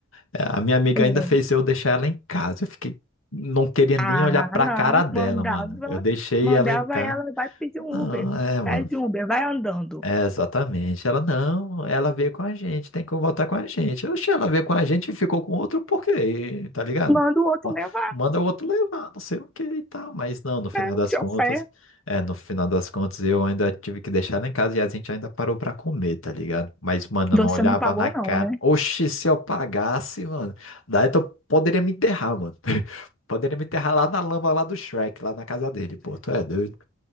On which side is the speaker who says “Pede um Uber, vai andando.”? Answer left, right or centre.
Centre